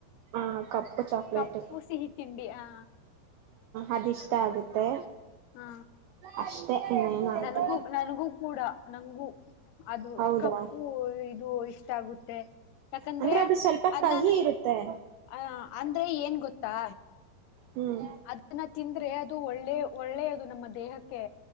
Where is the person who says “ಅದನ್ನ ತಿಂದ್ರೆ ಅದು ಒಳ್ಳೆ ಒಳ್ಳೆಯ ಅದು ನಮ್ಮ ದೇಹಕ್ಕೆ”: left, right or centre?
Left